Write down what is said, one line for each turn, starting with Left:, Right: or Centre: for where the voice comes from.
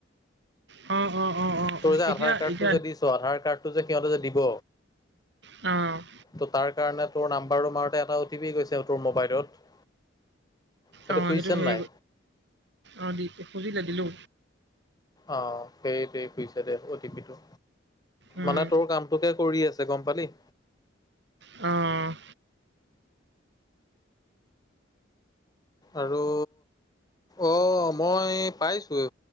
Right: অ', অ', অ'। অ
Left: তোৰ যে আধাৰ
Right: এতিয়া
Left: কাৰ্ডটো
Right: এতিয়া
Left: যে দিছ, আধাৰ কাৰ্ডটো যে সিহঁতে যে দিব
Right: অ'।
Left: ত' তাৰ কাৰণে তোৰ নাম্বাৰটো মাৰোতে এটা অ'টি পি গৈছে তোৰ মোবাইলত। সেইটো
Right: অ',
Left: খুজিছে
Right: সেইটোহে
Left: নাই
Right: অ', দি খুজিলে দিলো।
Left: অ', সেইটোৱে খোজিছে দে, অ টি পি টো
Right: উম
Left: মানে তোৰ কাম তোকে কৰি আছে গম পালি?
Right: অ'।
Left: আৰু অ', মই পাইছোৱে